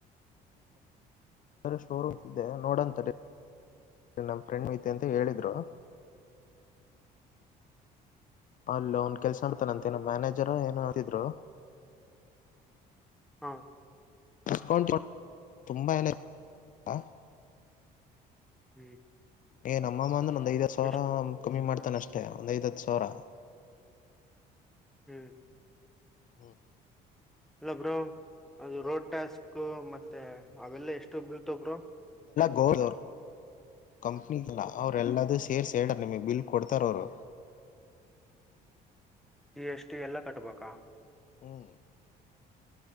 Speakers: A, on the left; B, in the centre.
A: ರ ಶೋರೂಮ್ ತಿದ್ದೆ ನೋಡಂತ ನಮ್ಮ ಫ್ರೆಂಡ್ ಮಐತಿ ಅಂತ ಹೇಳಿದ್ರು
B: <inaudible>
A: ಅಲ್ಲೋನ್ ಕೆಲ್ಸ ಬಿಡ್ತಾನಂತೆ ನಮ್ ಮ್ಯಾನೇಜರ್
B: ಹಾ
A: ಏನ ಆತಿದ್ರು
B: ಹಾ
A: ಡಿಸಕೌಂಟ್ <unintelligible> ತುಂಬಾ ಎಲ್ಲ ಆ
B: ಹ್ಮ್
A: ಏ ನಮ್ಮಮ್ಮ ಅಂದ್ರೆ ಒಂದ್ ಐದ್ ಸಾವಿರ
B: ಎಷ್ಟು
A: ಕಮ್ಮಿ ಮಾಡ್ತಾನ ಅಷ್ಟೇ ಒಂದ್ ಐದ ಹತ್ತು ಸಾವಿರ
B: ಹ್ಮ್
A: ಹ್ಮ
B: ಇಲ್ಲ ಬ್ರರು ಅದು ರೋಡ್ ಟ್ಯಾಸ್ಕ್ ಮತ್ತೆ ಅವೆಲ್ಲ ಎಷ್ಟು ಬೀಳ್ತವ ಬ್ರರು
A: ಗೌದೌರ್ ಕಂಪ್ನಿಲ್ಲ ಅವರೆಲ್ಲದೂ ಸೇರ್ಸ್ ಹೇಳ ನಿಮಿಗ್ ಬಿಲ್ ಕೊಡ್ತಾರ ಅವರು
B: <inaudible> ಜಿಎಸ್‌ಟಿ ಎಲ್ಲಾ ಕಟ್ಬೇಕಾ
A: ಹ್ಮ್